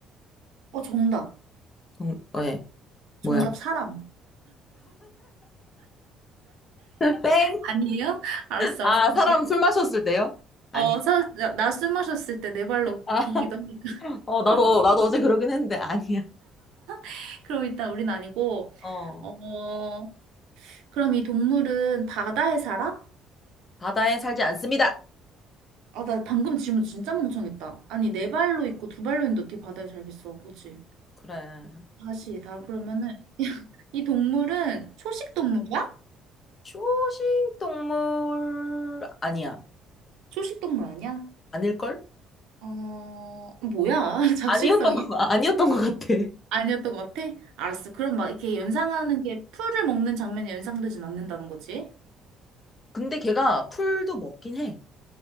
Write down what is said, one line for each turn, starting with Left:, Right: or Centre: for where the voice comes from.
Right: 어, 정답.
Left: 정, 어, 예.
Right: 정답
Left: 뭐야?
Right: 사람.
Left: 땡?
Right: 아니에요? 알았어,
Left: 아
Right: 알았어, 다시.
Left: 사람 술 마셨을 때요? 아니.
Right: 어, 사, 나 숨 마셨을 때 네 발로
Left: 아,
Right: 기기도 하니까.
Left: 어, 나도, 나도 어제 그러긴 했는데, 아니야.
Right: <laughs> 그럼 일단 우린 아니고,
Left: 어,
Right: 어, 그럼 이 동물은 바다에 살아?
Left: 바다에 살지 않습니다.
Right: 아, 나 방금 질문 진짜 멍청했다. 아니, 네 발로 있고 두 발로 있는데 어떻게 바다에 살겠어? 그치?
Left: 그래.
Right: 다시, 나 그러면은, <laughs> 이 동물은 초식 동물이야?
Left: 초식 동물 아니야.
Right: 초식 동물 아니야?
Left: 아닐걸?
Right: 어, 뭐야? <laughs> 잡식성이야?
Left: 아니었던 거, 아, 아니었던 것 같아.
Right: 아니었던 것 같아? 알았어. 그럼 막 이렇게 연상하는 게 풀을 먹는 장면이 연상되진 않는다는 거지?
Left: 근데 걔가 풀도 먹긴 해.